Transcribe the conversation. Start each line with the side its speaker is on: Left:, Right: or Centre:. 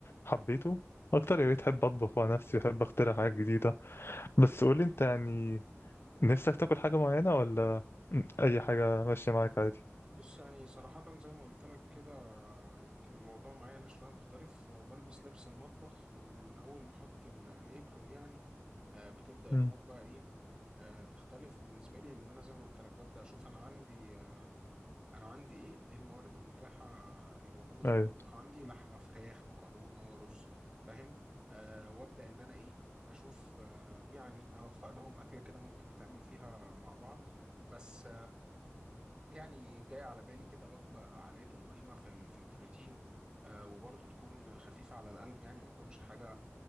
Left: حبيته اكتر يعني بقيت احب اطبخ مع نفسي احب اخترع حاجات جديده بس قولي انت يعني نفسك تاكل حاجه معينه ولا اي حاجه ماشيه معاك عادي
Right: بص يعني صراحة زي ما قلت لك كده يمكن الموضوع معايا أنا شوية مختلف آه، بلبس لبس المطبخ ومن أول ما أحط ال- الإبرون يعني آه، بتبدأ
Left: امم
Right: الأمور بقى إيه آه، تختلف بالنسبة لي لأن أنا زي ما قلت لك ببدأ أشوف أنا عندي آه، أنا عندي إيه إيه الموارد المتاحة اللي موجودة في
Left: ايوه
Right: المطبخ عندي لحمة فراخ مكرونة رز فاهم آه، وأبدأ إن أنا إيه أشوف آه، يعني أوفق لهم أكلة كده ممكن يتعاملوا فيها مع بعض بس يعني جاي على بالي كده وجبة عالية القيمة في ال- في البروتين آه، وبرضه تكون خفيفة على القلب يعني ما تكونش حاجة